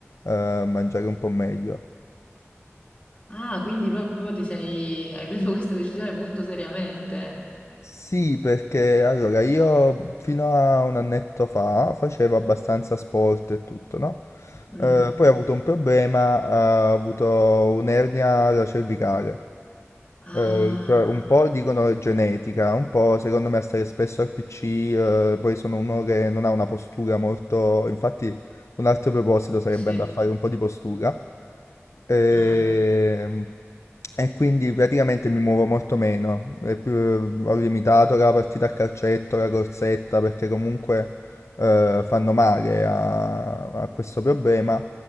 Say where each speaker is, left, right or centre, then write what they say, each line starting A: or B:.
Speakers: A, on the left; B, on the left.
A: eh, mangiare un po' meglio.
B: Ah, quindi proprio ti sei... hai preso questa decisione molto seriamente.
A: Sì, perché allora io fino a un annetto fa facevo abbastanza sport e tutto, no?
B: Mm.
A: Eh, poi ho avuto un problema, eh, ho avuto un'ernia alla cervicale.
B: Ah,
A: Eh, cioè, un po' dicono è genetica, un po' secondo me stare spesso al PC, eh, poi sono uno che non ha una postura molto... Infatti un altro proposito sarebbe
B: sì.
A: andare a fare un po' di postura. E,
B: Eh.
A: e quindi praticamente mi muovo molto meno. È più- eh, ho limitato la partita a calcetto, la corsetta, perché comunque eh, fanno male a, a questo problema.